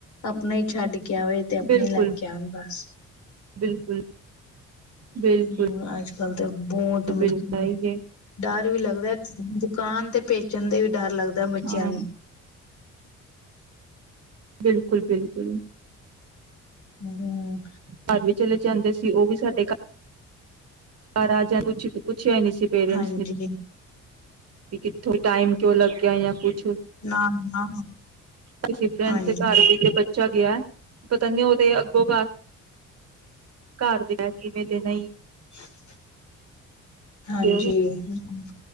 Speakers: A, on the left; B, on the right.
A: ਆਪਣਾ ਹੀ ਛੱਡ ਕੇ ਆਵੇ ਤੇ ਆਪਣੇ
B: ਬਿਲਕੁਲ
A: ਹੀ ਲੈ ਕੇ ਆਉਣ ਬਸ
B: ਬਿਲਕੁਲ ਬਿਲਕੁਲ
A: ਹੁਣ ਅੱਜ ਕੱਲ ਬਹੁਤ ਮਤਲਬ
B: ਬਿਲਕੁਲ
A: ਕੀ
B: ਆਈ ਹੈ
A: ਡਰ ਵੀ ਲੱਗਦਾ ਦੁਕਾਨ ਤੇ ਪੇਚ ੱਚਣ ਦੇ ਵੀ ਡਰ ਲੱਗਦਾ ਬੱਚਿਆਂ
B: ਹਾਂ
A: ਨੂੰ
B: ਬਿਲਕੁਲ ਬਿਲਕੁਲ
A: ਹਮ
B: ਪਰਵ ਚਲੇ ਜਾਂਦੇ ਸੀ ਉਹ ਵੀ ਸਾਡੇ ਘਰ ਹ ਰਾਜ ਪੁ ਪੁ ਅੱਛ ਨਹੀਂ ਸੀ ਪੇਰੈਂਟਸ
A: ਹਾਂਜੀ
B: ਨੇ ਵੀ ਕਿੱਥੋਂ ਟਾਈਮ ਕਿਉ ਲੱਗਿਆ ਜਾਂ ਕੁਛ
A: ਨਾ ਨਾ
B: ਕਿਸੇ ਫਰੈਂਡ
A: ਹਾਂਜੀ
B: ਦੇ ਘਰ ਵੇਲੇ ਬੱਚਾ ਗਿਆ ਪਤਾ ਨੀ ਉਹਦੇ ਅੱਗੋਂ ਘਰ ਕਿਵੇਂ ਤੇ ਨਹੀਂ
A: <inaudible> ਹਾਂਜੀ
B: ਤੇ
A: ਹਮ